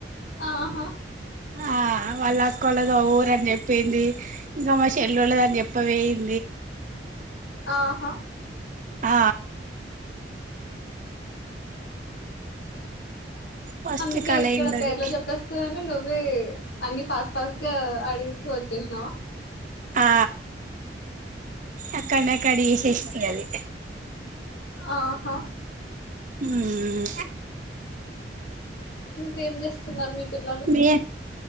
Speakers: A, on the left (about 70°); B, on the right (about 45°).
A: ఆహా
B: ఆ వాళ్ళ అక్కోళది ఓ ఊరు అని చెప్పిందీ ఇంకా మా షెళ్ళోలదని చెప్ప వోయిం
A: ఆహా
B: ఆ ఫస్ట్
A: అందుకే
B: కాల్
A: ఎక్కడా
B: అయిందది
A: పేర్లు జెప్పేస్తదని నువ్. ఉవ్వే అన్ని ఫాస్ట్ ఫాస్ట్ గా అడిగుతూ వచ్చేశినవా.
B: ఆ అక్కడనే కట్ జేశేశింది అది.
A: ఆహా
B: హ్మూ
A: ఇంకేం చేస్తున్నారు మీ పిల్లలు.
B: మీ